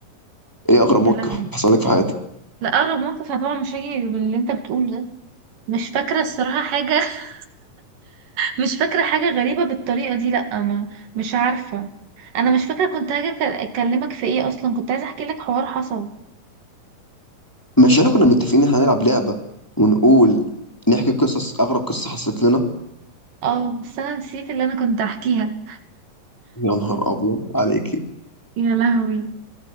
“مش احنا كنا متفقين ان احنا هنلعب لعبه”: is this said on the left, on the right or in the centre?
Centre